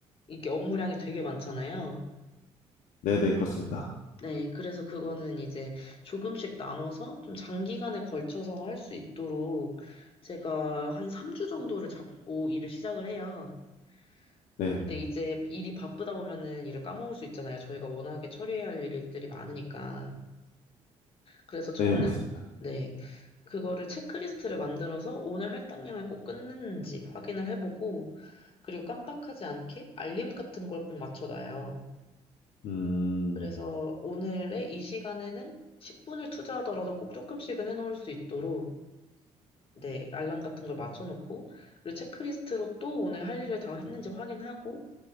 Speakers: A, on the left (about 45°); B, on the left (about 70°).
A: 이게 업무량이 되게 많잖아요.
B: 네네 그렇습니다.
A: 네, 그래서 그거는 이제 조금씩 나눠서 좀 장기간에 걸쳐서 할 수 있도록 제가 한 3주 정도를 잡고 일을 시작을 해요.
B: 네네
A: 근데 이제 일이 바쁘다 보면은 일을 까먹을 수 있잖아요. 저희가 워낙에 처리해야 할 일들이 많으니까. 그래서 저는,
B: 네 맞습니다.
A: 네, 그거를 체크리스트를 만들어서 오늘 할당량을 꼭 끊는지 확인을 해보고, 그리고 깜빡하지 않게 알림 같은 걸 꼭 맞춰놔요.
B: 음,
A: 그래서 오늘의 이 시간에는 10분을 투자하더라도 꼭 조금씩은 해놓을 수 있도록 네, 알람 같은 걸 맞춰놓고, 그리고 체크리스트로 또 오늘 할 일을 다 했는지 확인하고,